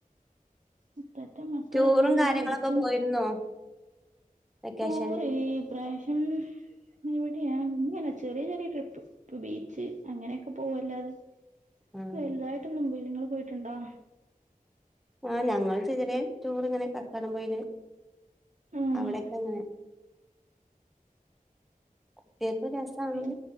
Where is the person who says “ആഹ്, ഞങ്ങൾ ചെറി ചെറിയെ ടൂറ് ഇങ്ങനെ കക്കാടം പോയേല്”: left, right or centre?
Centre